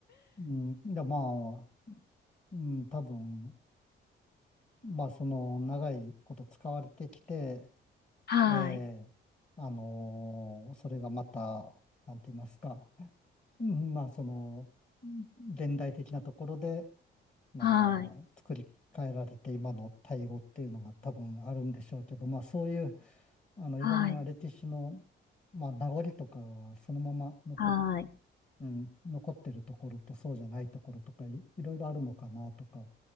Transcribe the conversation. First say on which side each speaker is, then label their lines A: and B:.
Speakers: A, on the left (about 35°); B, on the left (about 55°).
A: ん、いや、まあ、うん、多分、まあ、その、長いこと使われてきて、
B: はい。
A: ええあのそれがまた、なんて言いますか、うん、まあ、その、現代的なところで、なんか、
B: はい。
A: 作り変えられて、今の対応っていうのが多分あるんでしょうけど、まあ、そういう、あの、
B: はい。
A: いろんな歴史の、まあ、名残とかはそのまま残って
B: はい。
A: うん、残ってるところとそうじゃないところとかい、いろいろあるのかなとか、